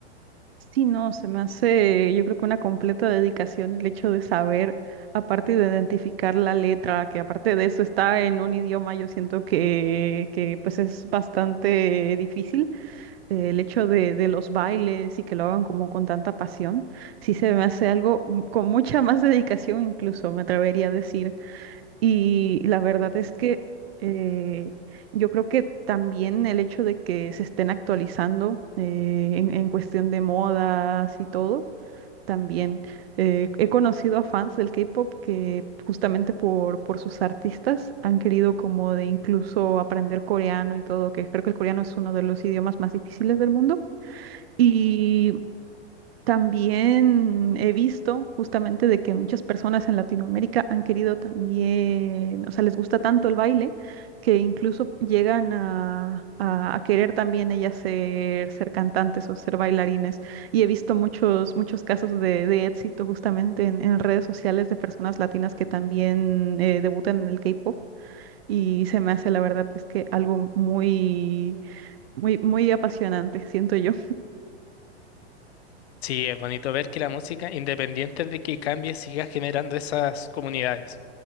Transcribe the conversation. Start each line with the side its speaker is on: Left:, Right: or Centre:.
Right: Sí, no, se me hace, yo creo que una completa dedicación el hecho de saber, aparte de identificar la letra, que aparte de eso está en un idioma, yo siento que, que pues es bastante difícil eh, el hecho de, de los bailes y que lo hagan como con tanta pasión, sí se me hace algo mm, con mucha más dedicación incluso, me atrevería a decir. Y la verdad es que eh, yo creo que también el hecho de que se estén actualizando eh, en, en cuestión de modas y todo. También eh, he conocido a fans del K-pop que justamente por, por sus artistas han querido como de incluso aprender coreano y todo, que creo que el coreano es uno de los idiomas más difíciles del mundo. Y también he visto justamente de que muchas personas en Latinoamérica han querido también, o sea, les gusta tanto el baile que incluso llegan a, a- a querer también ellas ser, ser cantantes o ser bailarines. Y he visto muchos, muchos casos de, de éxito justamente en, en redes sociales de personas latinas que también eh, debutan en el K-pop. Y se me hace, la verdad, es que algo muy, muy, muy apasionante, siento yo.
Left: Sí, es bonito ver que la música, independiente de que cambie, siga generando esas comunidades.